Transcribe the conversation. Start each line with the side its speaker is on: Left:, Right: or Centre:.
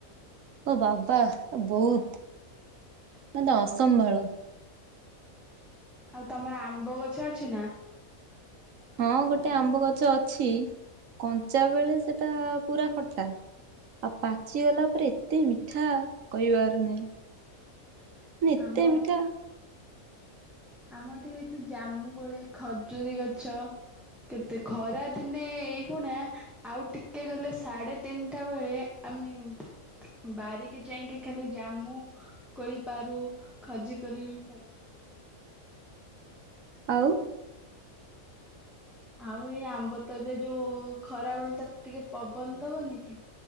Right: ଓ ବାବା ବହୁତ ମେ ଅସମ୍ଭାଳ
Centre: ଆଉ ତମର ଆମ୍ବ ଗଛ ଅଛି ନା
Right: ହଁ ଗୋଟେ ଆମ୍ବ ଗଛ ଅଛି କଞ୍ଚା ବେଳେ ସେଟା ପୁରା ଖଟା ଆଉ ପାଚିଗଲା ପରେ ଏତେ ମିଠା କହିବାର ନାହିଁ ମାନେ ଏତେ
Centre: ଆମ
Right: ମିଠା
Centre: ଆମର ଏଠି ଏଠି ଜାମୁକୋଳି ଖଜୁରୀ ଗଛ କେତେ ଖରା ଦିନେ ଏଇଗୁଣା ଆଉ ଟିକେ ଗଲେ ସାଢେ ତିନିଟା ବେଳେ ଆମେ, ବାରିକି ଯାଇକି ଖାଲି ଜାମୁ କୋଳି ପାରୁ ଖଜୁରୀକୋଳି ବି
Right: ଆଉ
Centre: ଆଉ ଏଇ ଆମ୍ବତ ଏବେ ଯୋଉ ଖରାବେଳେ ଟାରେ ଟିକେ ପବନ ଦବନି କି